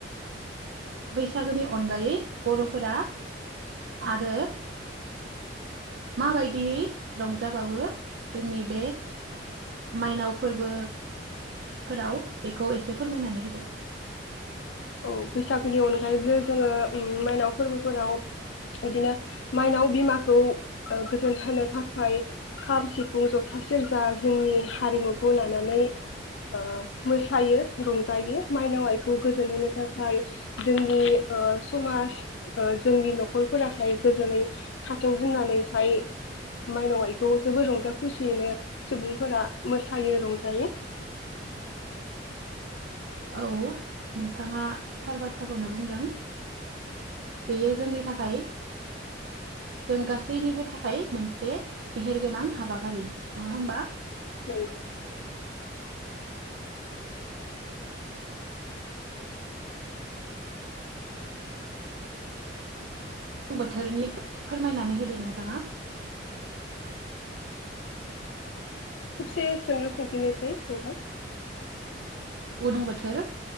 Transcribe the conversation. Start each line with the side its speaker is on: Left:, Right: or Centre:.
Right: बैसागोनि अनगायै बरफोरा आरो माबायदियै रंजाबावो जोंनि बे माइनाव फोरबो फोराव बेखौ एसे फोरमायनानै होदो
Left: औ बैसागोनि अनगायैबो जोङो मायनाव फोरबोफोराव बिदिनो माइनाव बिमाखौ ओ गोजोन होनो थाखाय खाम सिफुं जथा सेरजा जोंनि हारिमुखौ लानानै ओ मोसायो रंजायो माइनाव आइखौ गोजोनहोनो थाखाय जोंनि ओ समाज ओ जोंनि नखरफोराहाय गोजोनै थाथों होननानैहाय माइनाव आइखौ जोबोर रंजा खुसियैनो सुबुंफोरा मोसायो रंजायो
Right: औ नोंथाङा थार बाथ्राखौनो बुंदों बेयो जोंनि थाखाय जों गासैनिबो थाखाय मोनसे मेहेर गोनां हाबाफारि नङा होमबा
Left: नोंगौ
Right: बोथोरनि फोरमायनानै होदो नोंथाङा
Left: खेबसे सोंलु सोंफिननोसै नोंथां
Right: उदां बोथोर